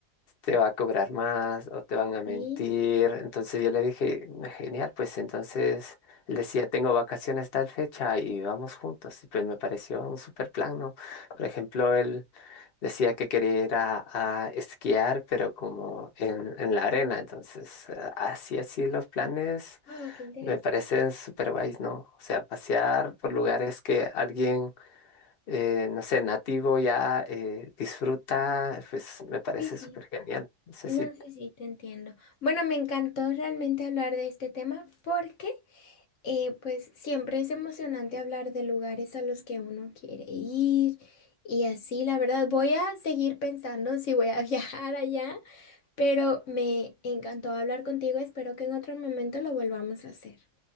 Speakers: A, on the left (about 50°); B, on the left (about 70°).
A: te va a cobrar más o te van a mentir.
B: Sí,
A: Entonces yo le dije, "Ah, genial, pues entonces él decía, tengo vacaciones tal fecha y vamos juntos. Y pues me pareció un súper plan, ¿no? Por ejemplo, él... Decía que quería ir a, a esquiar, pero como en, en la arena. Entonces, eh, así, así los planes
B: wow, qué interesante.
A: me parecen súper guays, ¿no? O sea, pasear por
B: Sí,
A: lugares que alguien, eh, no sé, nativo ya eh, disfruta, pues me parece
B: sí.
A: súper genial. No sé
B: No
A: si,
B: sé si te entiendo. Bueno, me encantó realmente hablar de este tema porque Eh, pues siempre es emocionante hablar de lugares a los que uno quiere ir y así, la verdad, voy a seguir pensando si voy a <laughs> viajar allá, pero me encantó hablar contigo, espero que en otro momento lo volvamos a hacer.